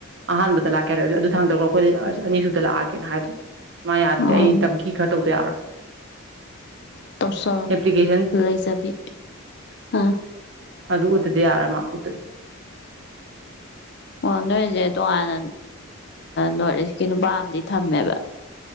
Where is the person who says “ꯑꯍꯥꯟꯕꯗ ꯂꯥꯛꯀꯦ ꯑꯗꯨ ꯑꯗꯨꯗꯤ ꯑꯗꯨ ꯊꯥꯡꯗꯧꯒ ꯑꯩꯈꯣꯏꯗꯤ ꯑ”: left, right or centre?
Right